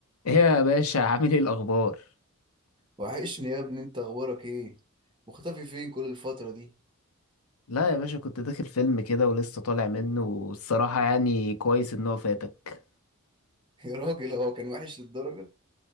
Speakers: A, on the left; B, on the right.
A: ايه يا باشا عامل ايه الاخبار
B: وحشني يا ابني انت اخبارك ايه مختفي فين كل الفترة دي
A: لا يا باشا كنت داخل فيلم كده ولسه طالع منه والصراحة يعني كويس ان هو فاتك
B: <laughs> يا راجل هو كان وحش للدرجة